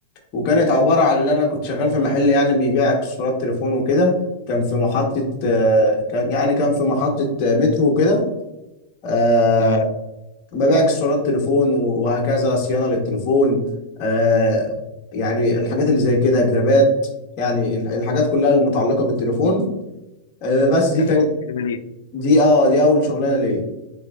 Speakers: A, on the left; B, on the left.
A: وكانت عبارة عن ان انا كنت شغال في محل يعني بيبيع اكسسوارات تليفون وكده كان في محطة
B: مم.
A: آه، كان يعني كان في محطة آه، مترو وكده آه،
B: تمام
A: ببيع اكسسوارات تليفون وهكذا صيانه للتليفون آه يعني الحاجات اللي زي كده جرابات يعني الح- الحاجات كلها المتعلقه بالتليفون آه بس دي
B: كانت
A: كانت
B: اول كده ليه
A: دي اه دي اول شغلانه ليه